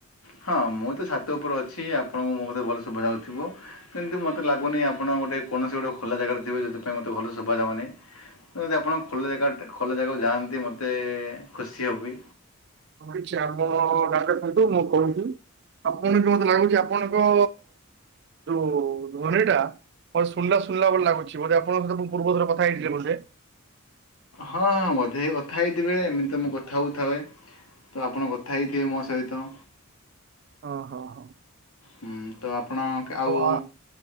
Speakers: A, on the left; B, on the right.
A: ହଁ ମୁଁ ତ ଛାତ ଉପରେ ଅଛି ଆପଣଙ୍କୁ ମୋ କଥା ଭଲ ଶୁଭା ଯାଉଥିବ। କିନ୍ତୁ ମୋତେ ଲାଗୁନି ଆପଣ ଗୋଟେ କୌଣସି ଗୋଟେ ଖୋଲା ଜାଗାରେ ଥିବେ ଯୋଉଥି ପାଇଁ ମୋତେ ଭଲ ଶୁଭା ଯାଉନି। ଅ ଯଦି ଆପଣ ଖୋଲା ଜାଗାଟେ ଖୋଲା ଜାଗାକୁ ଯାଆନ୍ତି ମୋତେ ଖୁସି ହେବି।
B: <unintelligible> ଆପଣ <unintelligible> ଥାନ୍ତୁ ମୁଁ କହୁଚି ଆପଣ ତ ମତେ ଲାଗୁଛି ଆ ଆପଣଙ୍କ। ଯୋଉ ଧ୍ୱନୀଟା ଅ ଶୁଣିଲା ଶୁଣୀଲା <unintelligible> ଲାଗୁଛି ବୋଧେ ଆପଣଙ୍କ ସହିତ ମୁଁ ପୂର୍ବ ଥର କଥା ହେଇଥିଲି ବୋଧେ।
A: ହଁଁ ବୋଧେ କଥା ହେଇଥିବେ ଏମିତି ତ ମୁଁ କଥା ହଉଥାଏ। ତ ଆପଣ କଥା ହେଇଥିବେ ମୋ ସହିତ।
B: ଓହୋ ହୋ।
A: ହୁଁ ତ ଆପଣ କ ଆଉ।
B: ଆ